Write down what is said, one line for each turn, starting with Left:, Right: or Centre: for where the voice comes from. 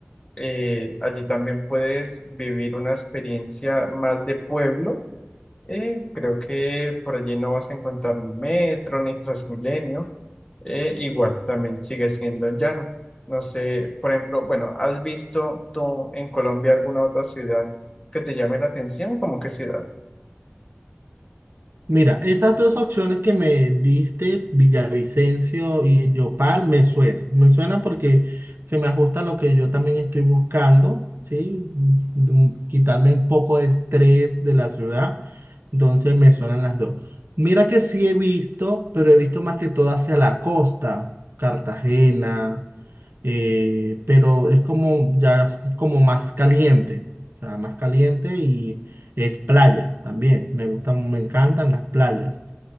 Left: Eh, allí también puedes vivir una experiencia más de pueblo y creo que por allí no vas a encontrar ni metro ni Transmilenio. Eh, igual también sigue siendo llano. No sé, por ejemplo, bueno, ¿has visto tú en Colombia alguna otra ciudad que te llame la atención? ¿Cómo qué ciudad?
Right: Mira, esas dos opciones que me diste, Villavicencio y Yopal, me suenan. Me suenan porque se me ajusta a lo que yo también estoy buscando, ¿sí? Mm, Quitarme un poco de estrés de la ciudad. Entonces me suenan las dos. Mira que sí he visto, pero he visto más que todo hacia la costa, Cartagena eh, pero es como ya es como más caliente, o sea, más caliente y es playa también. Me gustan, me encantan las playas,